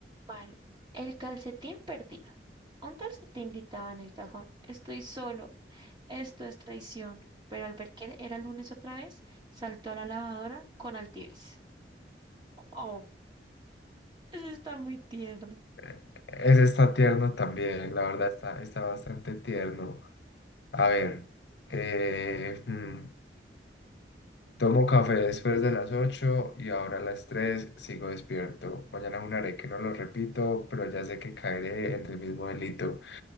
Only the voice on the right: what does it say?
Vale, el calcetín perdido. Un calcetín gritaba en el cajón, estoy solo, esto es traición. Pero al ver que era lunes otra vez, saltó a la lavadora con altivez. Oh, eso está muy tierno.